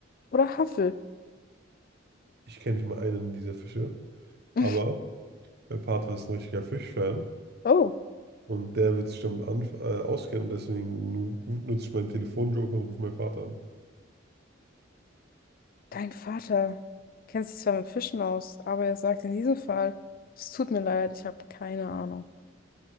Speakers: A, on the left (about 45°); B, on the right (about 55°).
A: oder Haffel?
B: Ich kenne nicht mal einen dieser Fische, aber
A: <laughs>
B: mein Vater ist ein richtiger Fischfan.
A: Oh,
B: Und der wird sich damit an, äh, auskennen und deswegen nu nutze ich meinen Telefonjoker und rufe meinen Vater an.
A: dein Vater kennt sich zwar mit Fischen aus, aber er sagt in diesem Fall, es tut mir leid, ich habe keine Ahnung.